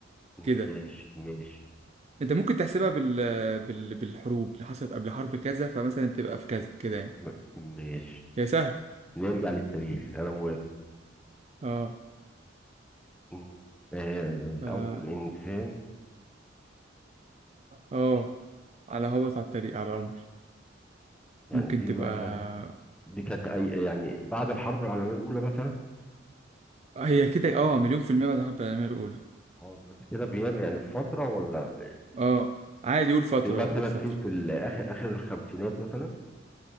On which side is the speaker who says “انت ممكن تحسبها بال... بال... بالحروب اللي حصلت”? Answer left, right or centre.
Right